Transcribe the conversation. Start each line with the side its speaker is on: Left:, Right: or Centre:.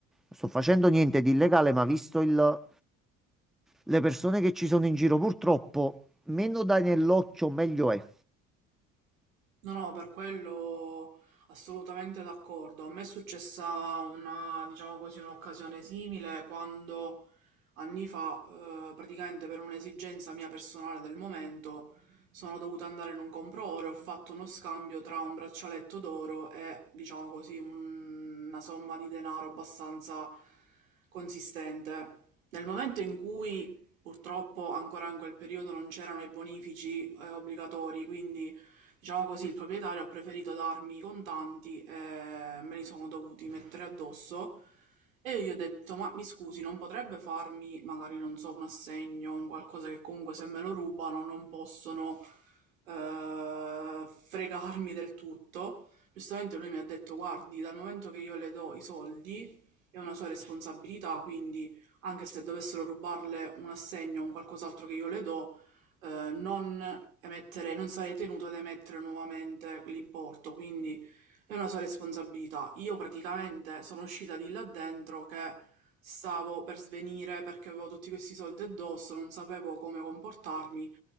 Centre: sto facendo niente di illegale, ma visto il- le persone che ci sono in giro, purtroppo, meno dai nell'occhio, meglio è.
Right: No, no, per quello assolutamente d'accordo. A me è successa una, diciamo così, un'occasione simile quando anni fa, eh, praticamente per un'esigenza mia personale del momento, sono dovuta andare in un compro-oro e ho fatto uno scambio tra un braccialetto d'oro e, diciamo così, un- una somma di denaro abbastanza consistente. Nel momento in cui, purtroppo, ancora in quel periodo non c'erano i bonifici, eh, obbligatori, quindi Diciamo così, il proprietario ha preferito darmi i contanti e me li sono dovuti mettere addosso e io gli ho detto, ma mi scusi, non potrebbe farmi, magari non so, un assegno, un qualcosa che comunque se me lo rubano non possono eh, fregarmi del tutto. Giustamente lui mi ha detto, guardi, dal momento che io le do i soldi è una sua responsabilità, quindi anche se dovessero rubarle un assegno o un qualcos'altro che io le do, eh, non emettere, non sarei tenuto ad emettere nuovamente quell'importo, quindi è una sua responsabilità. Io praticamente sono uscita di là dentro che stavo per svenire perché avevo tutti questi soldi addosso, non sapevo come comportarmi.